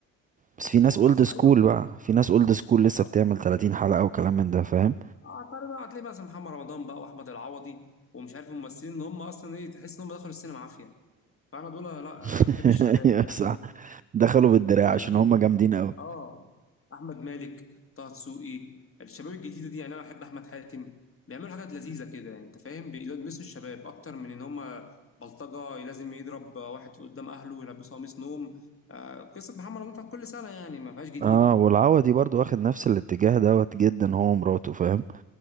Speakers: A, on the right; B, on the left.
A: بس في ناس اولد
B: صح
A: سكول
B: أيوه فعلا.
A: بقى في ناس اولد سكول لسه
B: أه
A: بتعمل 30 حلقة وكلام من ده فاهم
B: أعتقد بقى هتلاقي مثلا محمد رمضان بقى وأحمد العوضي ومش عارف الممثلين إن هم أصلا إيه تحس إن هم دخلوا السينما عافية فأنا دول لا ما
A: <laughs>
B: بحبش الشباب
A: يا
B: يعني
A: صح
B: أحمد
A: دخلوا بالدراع
B: أنت فاهم
A: عشان
B: أحمد
A: هم جامدين قوي.
B: اه احمد مالك طه دسوقي الشباب الجديده دي يعني انا بحب احمد حاتم بيعملوا حاجات لذيذه كده يعني انت فاهم بيلبسوا الشباب اكتر من ان هم بلطجه لازم يضرب واحد قدام اهله ويلبسه قميص نوم آه قصه محمد رمضان بتاعت كل سنه يعني ما فيهاش جديد
A: اه
B: يعني
A: والعوضي برضو واخد نفس الاتجاه دوت جدا هو ومراته فاهم